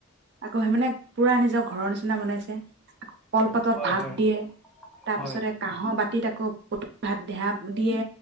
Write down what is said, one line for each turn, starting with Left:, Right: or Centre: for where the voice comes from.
Right: আকৌ স মে পুৰা নিজৰ ঘৰৰ নিচনা না বনাইছে কলপাতত
Centre: হয়
Right: ভাত
Centre: হয়
Right: দিয়ে তাৰ
Centre: হয়।
Right: পিছতে কাহ বাত আকৌ প ভাত দেহা দিয়ে